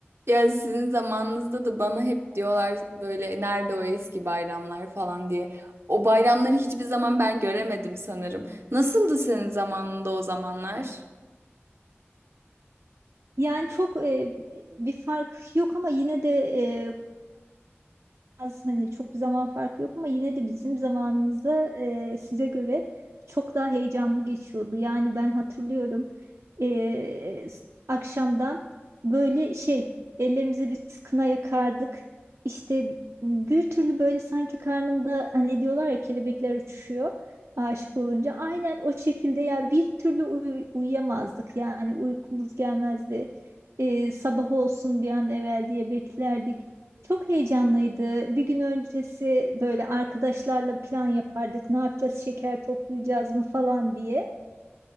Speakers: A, on the right (about 65°); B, on the right (about 85°).
A: Ya sizin zamanınızda da bana hep diyorlar böyle nerede o eski bayramlar falan diye. O bayramları hiçbir zaman ben göremedim sanırım. Nasıldı senin zamanında o zamanlar?
B: Yani çok e, bir fark yok ama yine de e, az hani çok bir zaman farkı yok ama yine de bizim zamanımızda e, size göre çok daha heyecanlı geçiyordu. Yani ben hatırlıyorum e, s- akşamdan böyle şey ellerimize biz kına yakardık. İşte bir türlü böyle sanki karnımda hani diyorlar ya kelebekler uçuşuyor aşık olunca. Aynen o şekilde ya bir türlü uyu- uyuyamazdık yani uykumuz gelmezdi. E, sabah olsun bir an evvel diye beklerdik. Çok heyecanlıydı. Bir gün öncesi böyle arkadaşlarla plan yapardık. Ne yapacağız? Şeker toplayacağız mı falan diye.